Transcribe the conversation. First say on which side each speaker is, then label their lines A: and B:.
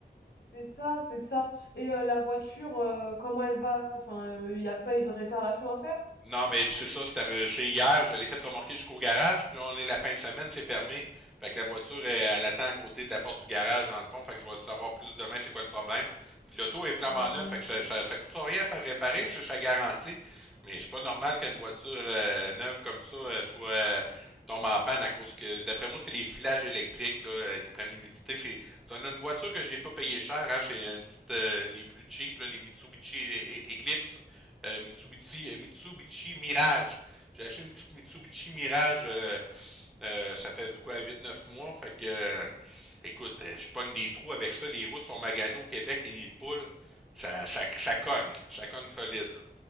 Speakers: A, on the left; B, in the centre.
A: C'est ça, c'est ça. Et euh, la voiture, euh, comment elle va? Enfin, il n'y a pas eu de réparation à faire?
B: Non, mais c'est ça, C'était arrivé hier, je l'ai fait remorquer jusqu'au garage, puis là, on est la fin de semaine, c'est fermé. Fait que la voiture, elle, elle attend à côté de la porte du garage, dans le fond, fait que je vais le savoir plus demain, c'est quoi le problème. Puis l'auto est flambant
A: Ah ouais.
B: neuve, fait que ça, ça, ça coûtera rien à faire réparer, c'est sa garantie. Mais c'est pas normal qu'une voiture euh, neuve comme ça euh, soit euh, tombe en panne à cause que, d'après moi, c'est les filages électriques là, euh, qui prennent l'humidité. C'est c'est une une voiture que j'ai pas payé cher, hein, c'est une petite, euh, les plus cheap, là, les Mitsubishi E- E- Eclipse euh, Mitsubishi, euh, Mitsubishi Mirage. J'ai acheté une petite Mitsubishi Mirage, euh, euh, ça fait quoi, huit, neuf mois. Fait que, euh, écoute, euh, je pogne des trous avec ça. Les routes sont maganées au Québec, les nids de poules. Ça, ça, ça cogne. Ça cogne solide, là.